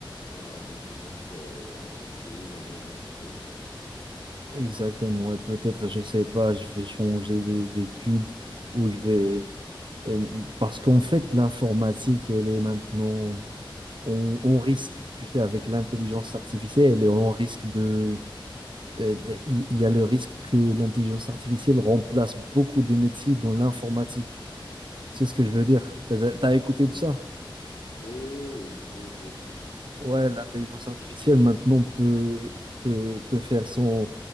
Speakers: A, on the left; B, on the right.
A: voilà, dans une autre euh, entreprise, un autre truc. Voilà.
B: Exactement. Et peut-être, je sais pas, je vais changer d'é- d'études ou je vais... euh, Parce qu'en fait, l'informatique, elle est maintenant... On, on risque, tu sais, avec l'intelligence artificielle, et on risque de... euh, de- Il il y a le risque que l'intelligence artificielle remplace beaucoup de métiers dans l'informatique. C'est ce que je veux dire. T'as, t'as écouté
A: Ouais.
B: de ça?
A: Oui, oui, oui, oui, Oui, j'ai vu.
B: Ouais, l'intelligence artificielle maintenant peut, peut, peut faire son,